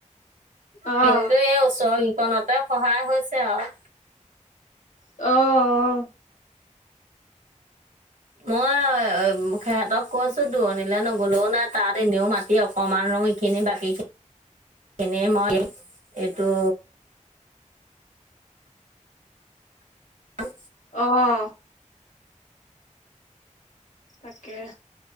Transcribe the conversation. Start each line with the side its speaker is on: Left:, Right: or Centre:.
Left: অ',
Right: কিন্তু এই ওচৰ গিকনতে সহায় হৈছে আৰু।
Left: অ, অ,
Right: মই সিহঁতক কৈছোঁ দূৰণিলৈ নগ'লেও নাই। তাত এনেইও মাটি অকণমান ৰওঁ এইখিনি বাকীখিনি। এনে মই এইটো। উম।
Left: অহ' তাকে